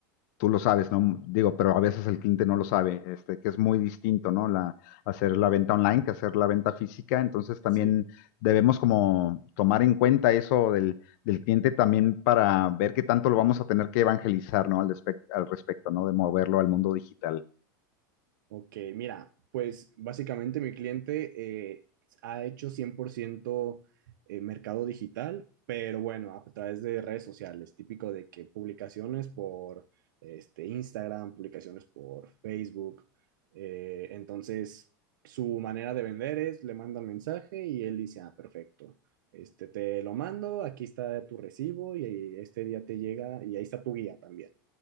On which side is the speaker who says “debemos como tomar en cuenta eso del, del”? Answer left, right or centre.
Left